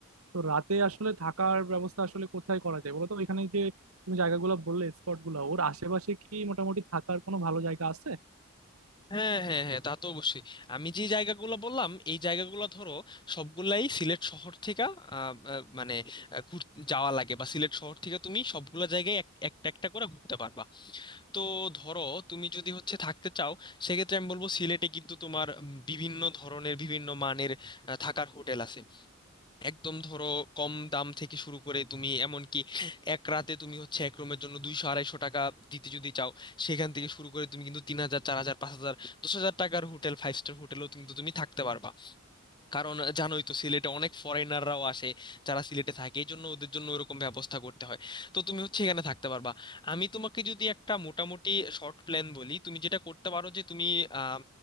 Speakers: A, on the right; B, on the left.
A: তো রাতে আসলে থাকার ব্যবস্থা আসলে কোথায় করা যায় বলো তো এখানে যে তুমি জায়গাগুলো বললে স্পট গুলো ওর আশেপাশে কি মোটামুটি থাকার কোনো ভালো জায়গা আছে
B: হ্যাঁ হ্যাঁ হ্যাঁ তা তো অবশ্যই আমি যে জায়গাগুলো বললাম এই জায়গাগুলো ধরো সবগুলাই সিলেট শহর থেকে আহ, আহ, মানে আহ, ঘুর- যাওয়া লাগে বা সিলেট শহর থেকে তুমি সবগুলা জায়গায় এক- একটা একটা করে ঘুরতে পারবা তো ধরো তুমি যদি হচ্ছে থাকতে চাও সেক্ষেত্রে আমি বলবো সিলেটে কিন্তু তোমার উম, বিভিন্ন ধরনের বিভিন্ন মানের আহ, থাকার হোটেল আছে একদম ধরো কম দাম থেকে শুরু করে তুমি এমনকি এক রাতে তুমি হচ্ছে এক রুমের জন্য দুইশো আড়াইশো টাকা দিতে যদি চাও সেখান থেকে শুরু করে তুমি কিন্তু তিন হাজার চার হাজার পাঁচ হাজার দশ হাজার টাকার হোটেল ফাইভ স্টার হোটেলও কিন্তু তুমি থাকতে পারবা কারণ জানোই তো সিলেটে অনেক ফরেনাররাও আসে যারা সিলেটে থাকে এই জন্য ওদের জন্য ওরকম ব্যবস্থা করতে হয় তো তুমি হচ্ছে এখানে থাকতে পারবা আমি তোমাকে যদি একটা মোটামুটি শর্ট প্ল্যান বলি তুমি যেটা করতে পারো যে তুমি আহ,